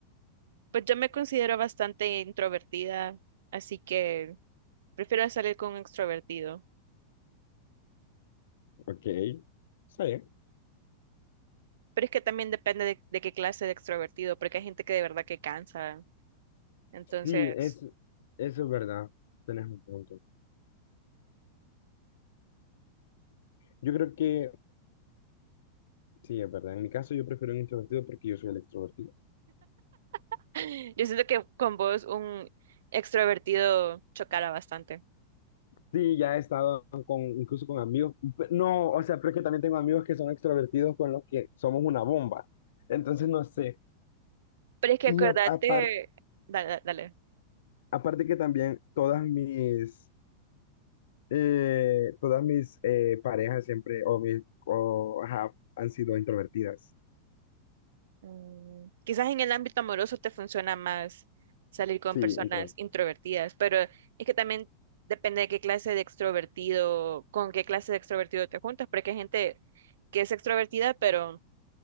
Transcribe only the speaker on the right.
Pues yo me considero bastante introvertida, así que prefiero salir con un extrovertido.
Pero es que también depende de, de qué clase de extrovertido, porque hay gente que de verdad que cansa. Entonces,
<laughs> yo siento que con vos un extrovertido chocara bastante.
Pero es que
acordate,
dale, dale.
Mm, Quizás en el ámbito amoroso te funciona más salir con
personas
introvertidas, pero es que también depende de qué clase de extrovertido, con qué clase de extrovertido te juntas, porque hay gente que es extrovertida, pero